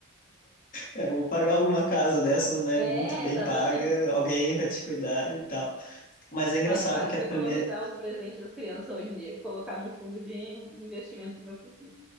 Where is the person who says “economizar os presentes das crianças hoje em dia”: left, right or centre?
Centre